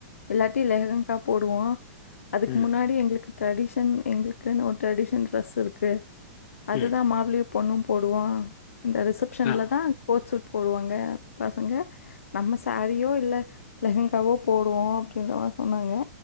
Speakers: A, on the left; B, on the left.
A: இல்லாட்டி லெஹெங்கா போடுவோ அதுக்கு
B: ம்
A: முன்னாடி எங்களுக்கு ட்ரெடிஷன் எங்களுக்குனு ஒரு ட்ரெடிஷன் ட்ரெஸ் இருக்கு அதுதா
B: ம்
A: மாப்ளியு பொண்ணும் போடுவோ இந்த ரிசப்ஷன்ல
B: ஆ
A: தா கோச் சூட் போடுவாங்க பசங்க நம்ம சேரீயோ இல்ல லெஹெங்காவோ போடுவோ அப்டின்றமா சொன்னாங்க